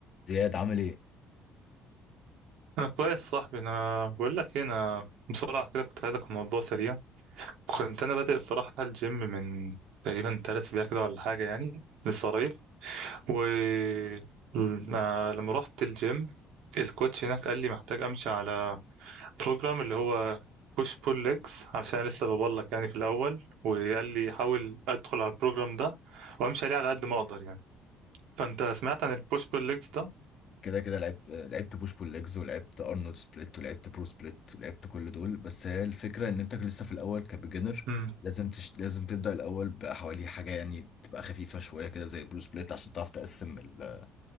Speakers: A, on the left; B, on the right.
A: زياد عامل ايه
B: انا كويس صاحبي انا بقول لك ايه انا بسرعه كده كنت عايزك في موضوع سريع كنت انا بادئ الصراحه الجيم من تقريبا ثلاث اسابيع كده ولا حاجه يعني لسه قريب و ل- آه، لما رحت الجيم الكوتش هناك قال لي محتاج امشي على بروجرام اللي هو بوش بول ليجز علشان أنا لسه ببلك يعني في الاول وقال لي حاول ادخل على البروجرام ده وامشي عليه على قد ما اقدر يعني فانت سمعت عن البوش بول ليجز ده
A: كده كده لعبت لعبت بوش بول ليجز ولعبت ارنولد سبليت ولعبت برو سبليت ولعبت كل دول بس هي الفكره ان انت لسه في الاول كبيجنر
B: امم
A: لازم تش... لازم تبدا الاول بحوالي حاجه يعني تبقى خفيفه شويه كده زي برو سبليت عشان تعرف تقسم ال...